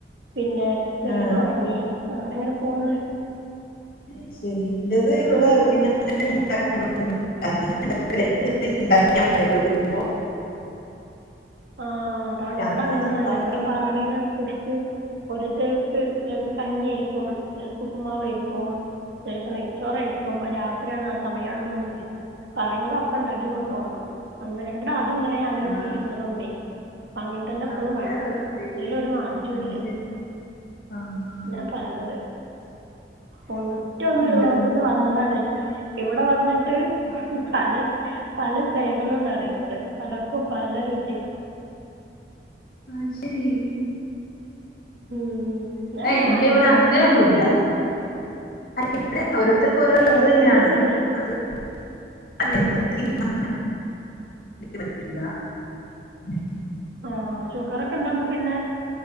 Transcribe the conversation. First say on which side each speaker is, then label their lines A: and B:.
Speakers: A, on the right; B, on the left.
A: പിന്നെ ചെറിയതൊറങ്ങി.
B: ആഹ്
A: അങ്ങനെ അങ്ങനെ പോകുന്നു.
B: അയ്ശെരി ഇന്റെത്
A: എനിക്ക്
B: ഇവടെ പിന്നെ <unintelligible> <inaudible>
A: ആ അതാണ്
B: രാത്രി
A: ഇവടെ അങ്ങനന്നുല്ല
B: ചപ്പാത്തി
A: ഇവടെ പറയണെന് അനുസരിച്ച് ഒരു ടിപ്സ് ചെലപ്പോ കഞ്ഞി ആയിരിക്കും, ചെലപ്പോ ഉപ്പുമാവ് ആയിരിക്കും, ചെലപ്പോ നെയ്ച്ചോർ ആയിരിക്കും, രാത്രിയാണ് ആ സമയമാണെന്നൊന്നുല്ല പറയണത് അപ്പ ഇണ്ടാക്കി കൊടുത്തോളണം, അങ്ങനെയാണ് ഇവിടെ ആ ദ്യം മുതലേ അങ്ങനെ
B: ആഹ്
A: ശീലിപ്പി <unintelligible> അങ്ങന തന്നെ ഇപ്പളും
B: അന്റെ
A: വേണം,
B: റബ്ബേ
A: അതിലൊരു മാറ്റവും
B: അയ്ശെ
A: ഇല്ല
B: ആഹ്
A: എന്നാ പറയണത്. ഒറ്റോന്നോള്ളോടത്ത്ന്ന്
B: ഇന്റത്
A: വന്നതാണ്. ഇവടെ വന്ന്ട് ട്ട്
B: അത്
A: കല പല <unintelligible> പലർക്കും പല <unintelligible> യാ
B: അയ്ശരി
A: മ് ഞാനിങ്ങനെ
B: എന്റെ
A: ആലോയിക്കുവാ
B: ഇവിടെ അങ്ങനെയൊന്നുല്ല
A: എവടെങ്കിലും
B: <unintelligible> ഇവിടെ ഓരോർത്തക്ക്‌ ഓരോ ഇത്
A: എവിടെങ്കിലുവേ
B: തന്നെയാണ് അത് <unintelligible> <unintelligible>
A: ഉം
B: പറ്റൂല്ലാ <unintelligible>
A: ആഹ് ഷുഗറൊക്കെ ഇണ്ടാവുമ്പോ പിന്നെ